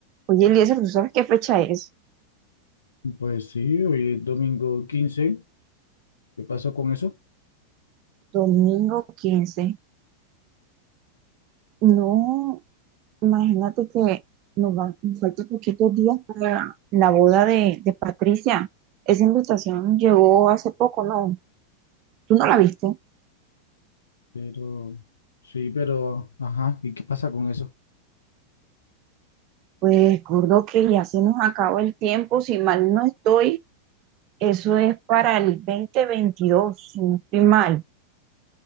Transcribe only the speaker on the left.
Pues sí, hoy es domingo 15. ¿Qué pasó con eso?
Pero, sí, pero, ajá, ¿y qué pasa con eso?